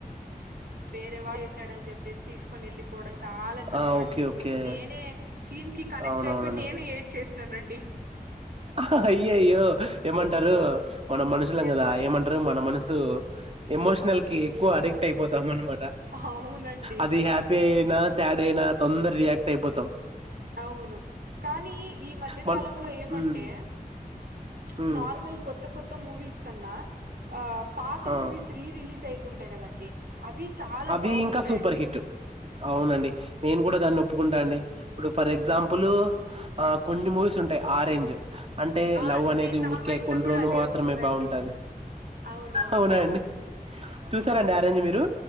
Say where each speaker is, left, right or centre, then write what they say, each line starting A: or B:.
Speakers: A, on the right; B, on the right.
A: వేరే వాడు చేసాడని చెప్పేసి తీసుకొని వెళ్ళిపోవడం చాలా తప్పండి
B: ఆ ఓకే ఓకే
A: నేనే సీన్ కి కనెక్ట్
B: అవునవునండి
A: అయిపోయి నేను ఏడ్చేసిననండి.
B: హ హ అయ్యో అయ్యో ఏమంటారు మన మనుషులం
A: ఎమోష్
B: గదా ఏమంటారు మన మనసు. ఎమోషనల్ కి ఎక్కువ అడిక్ట్ అయిపోతాం అనమాట
A: అవునండి
B: అది హ్యాపీ అయినా. స్యాడైనా తొందర్రియాక్ట్ అయిపోతం
A: అవును కానీ ఈ మధ్యకాలంలో
B: మన్
A: ఏమంటే
B: ఉమ్
A: ప్చ్
B: ఉమ్
A: నార్మల్ కొత్త కొత్త మూవీస్ కన్నా ఆ పాత
B: ఆ
A: మూవీస్ రీ రిలీజ్ అయితుంటయి కదండి అవి చాలా
B: అవి
A: బాగుంటయండి
B: ఇంకా సూపర్ హిట్ అవునండి నేను కూడా దాన్ని ఒప్పుకుంటాండి ఇపుడు ఫర్ ఎగ్జాంపుల్. ఆహ్ కొన్ని మూవీస్ ఉంటాయి ఆరెంజ్. అంటే
A: ఆ
B: లవ్
A: అన్ని
B: అనేది
A: నా
B: ఊరికే
A: మైండ్
B: కొండ్రోజులు
A: లో కూడా అదే
B: మాత్రమే
A: వచ్చిందండి
B: బాగుంటాది.
A: అవునవును
B: అవునాండి చూసారండి ఆరేంజ్ మీరు.